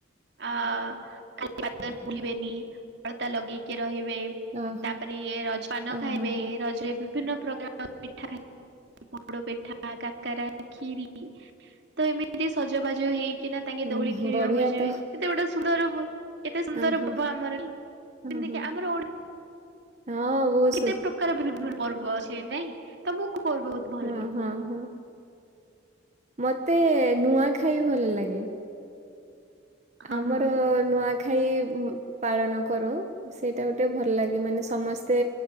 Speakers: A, on the right; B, on the right.
A: ଅ ଖାଲି ପାଦରେ ବୁଲିବେନି ଅଳତା ଲଗେଇକି ରହିବେ
B: ଓହୋ
A: ତାପରେ ଇଏ ରଜ ପାନ
B: ଓହୋ
A: ଖାଇବେ
B: ହୋ।
A: ରଜରେ ବିଭିନ୍ନ ପ୍ରକାର ପିଠା ଖାଇ ପୋଡ ପେଠା କାକ କ୍ଷୀରି ତ ଏମିତି ସଜବାଜ ହେଇକି କିନା ତାଙ୍କେ
B: ହୁଁ
A: ଦଉଳି ଖେଳିବାକୁ
B: ବଢିଆ
A: ଯିବେ
B: ତ
A: କେତେ ଗୋଟେ ସୁନ୍ଦର କେତେ ସୁନ୍ଦର
B: ହଁ ହଁ
A: ପର୍ବ ଆମ
B: ହଁ
A: ତିକି
B: ହଁ
A: ଆମର
B: ହଁ ବହୁ
A: କେତେ ପ୍ରକାର ବିଭିନ୍ନ ପର୍ବ ଅଛି ନାଇଁ ତମକୁ ପର୍ବ ଭଲ
B: ହଁ
A: ଲାଗେ?
B: ହଁ ହଁ। ମତେ ନୂଆ ଖାଇ ଭଲ ଲାଗେ।
A: ହଁ
B: ଆମର
A: ହଁ
B: ନୂଆ ଖାଇ ପାଳନ କରୁ ସେଇଟା ଗୋଟେ ଭଲ ଲାଗେ ମାନେ ସମସ୍ତେ